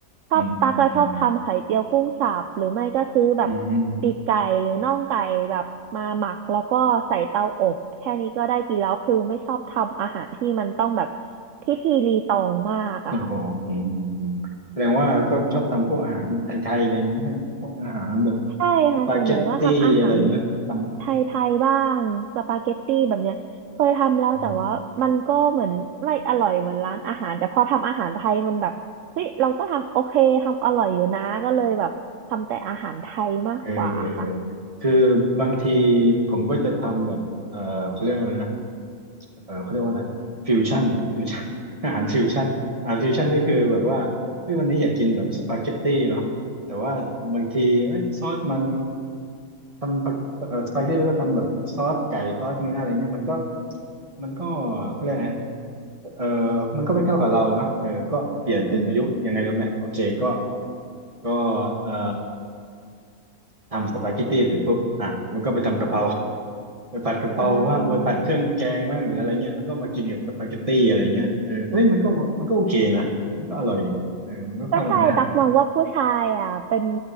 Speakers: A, on the right; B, on the right.
A: ชอบตักก็ชอบทำไข่เจียวกุ้งสับหรือไม่ก็ซื้อแบบ
B: อืมอืมอืมอืม
A: ปีกไก่หรือน่องไก่แบบมาหมักแล้วก็ใส่เตาอบแค่นี้ก็ได้กินแล้วคือไม่ชอบทำอาหารที่มันต้องแบบพิธีรีตองมากอะค่ะ
B: โอ้โหอืมอืมอืมแสดงว่าก็ชอบทำพวกอาหารไทยๆอะไรอย่างนี้ใช่ไหมพวกอาหารแบบ
A: ใช่ค่ะส่วนใหญ่ก็ทำอาหาร
B: สปาเกตตี้อะไรเงี้ยทำทำไหม
A: ไทยๆบ้าง สปาเกตตี้แบบเนี้ยเคยทำแล้วแต่ว่ามันก็เหมือนไม่อร่อยเหมือนร้านอาหารแต่พอทำอาหารไทยมันแบบเฮ้ยเราก็ทำโอเคทำอร่อยอยู่นะก็เลยแบบทำแต่อาหารไทยมากกว่าค่ะ
B: อืมเออเออเออคือบางทีผมก็จะทำแบบเออเขาเรียกว่าอะไรนะ เออเขาเรียกว่าอะไรฟิวชั่นฟิวชั่น <laughs> อาหารฟิวชั่นอาหารฟิวชั่นนี่คือแบบว่าเฮ้ยวันนี้อยากกินแบบสปาเกตตี้เนาะแต่ว่าบางทีเอ้ยซอสมันทำปาเอ่อสปาเกตตี้แล้วก็ทำแบบซอสไก่ซอสเนื้ออะไรเงี้ยมันก็มันก็เขาเรียกไงเออมันก็ไม่เข้ากับเราเนาะเออก็เปลี่ยนเป็นประยุกต์ยังไงรู้ไหมโอเคก็
A: อืม
B: ก็เอ่อทำสปาเกตตี้เสร็จปุ๊บอ่ะแล้วก็ไปทำกะเพรา ไปผัดกะเพราบ้างไปผัดเครื่องแกงบ้างหรืออะไรเงี้ยแล้วก็มากินกับสปาเกตตี้อะไรเงี้ยเออเอ้ยมันก็มันก็โอเคนะมันก็อร่อยอยู่เออมันก็เข้ากันได้
A: อ่า ก็ใช่ตักมองว่าผู้ชายอ่ะเป็น